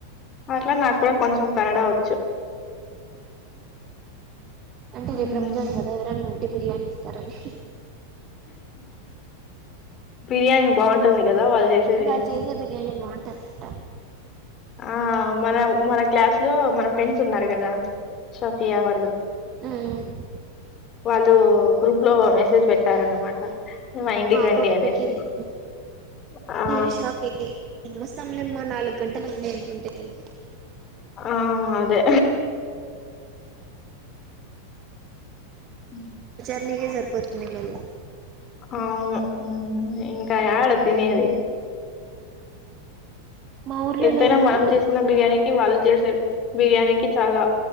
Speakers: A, on the left (about 30°); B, on the right (about 35°).
A: అట్లా నాకు కూడా కొంచెం కనడా వచ్చు
B: అంటే
A: ఉమ్.
B: రేపు రంజాను కదా ఎవరనా ఉంటే బిర్యానీ ఇస్తారనీ
A: బిర్యానీ బాగుంటుంది కదా వాళ్ళు చేసేది
B: వాళ్ళు చేసే బిర్యానీ బాగుంటదంట
A: ఆ మన మన క్లాస్ లో మన ఫ్రెండ్స్ ఉన్నారు కదా షఫియా వాళ్ళు
B: ఆ
A: వాళ్ళు గ్రప్ లో మెసేజ్ పెట్టారన్నమాట మా ఇంటికి
B: పాప
A: రండి అనేసి
B: పెట్టింది
A: ఆ!
B: నేను షాక్ అయితే ఏమ్మస్తాములేమ్మ నాలుగు గంటలు ఉంే అనుకుంటే నేను
A: ఆ అదే హ
B: అ నకే సరిపోతుంది మళ్ళీ
A: అవును ఇంకా డ తిన అది
B: మా ఊర్లో
A: ఎంతైనా
B: లేరు గాని
A: మనం చేసుకున్న బిర్యానీకి వాళ్ళు చేసారు బిర్యానీకి చాలా